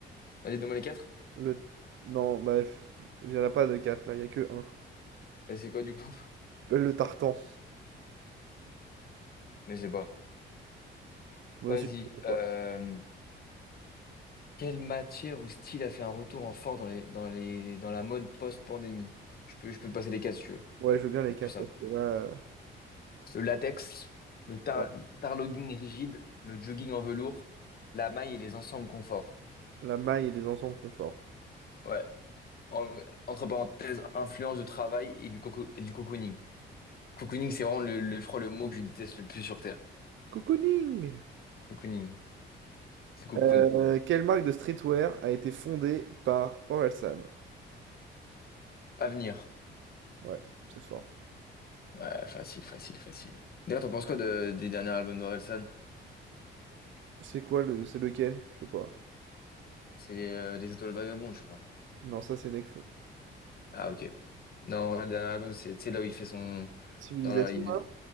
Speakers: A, on the left (about 50°); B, on the right (about 75°).
A: Vas-y, donne-moi les quatre.
B: Le. Non, bah, pff, il n'y en a pas de 4 là, il n'y a que 1.
A: Et c'est quoi, du coup?
B: Le tartan.
A: Je sais pas.
B: Moi
A: Vas-y.
B: aussi, je veux quoi.
A: euh, Quelle matière ou style a fait un retour en fort dans les, dans les, dans la mode post-pandémie? Je peux, je peux te passer les quatre, si tu veux.
B: Ouais, je veux bien les
A: C'est
B: 4
A: plus simple.
B: parce que là. euh,
A: le latex, le tar-
B: non.
A: tarlogging rigide, le jogging en velours, la maille et les ensembles confort.
B: La maille et les ensembles confort.
A: Ouais. En- entre parenthèses, influence de travail et du, coco- et du cocooning. Cocooning, c'est vraiment le, le- je crois, le mot que je déteste le plus sur Terre.
B: Cocooning!
A: Cocooning. C'est cocoon.
B: Euh, quelle marque de streetwear a été fondée par Orelsan?
A: Avenir.
B: Ouais, c'est fort.
A: Ouais, facile, facile, facile. D'ailleurs, t'en penses quoi de- du dernier album d'Orelsan?
B: C'est quoi le. C'est lequel? Je sais pas.
A: C'est euh, Les Étoiles Vagabondes, je crois.
B: Non, ça, c'est Nekfeu.
A: Ah, ok. Non, ouais, le dernier album, c'est tu sais, là où il fait son.
B: Civilisation,
A: Dans la il-
B: là?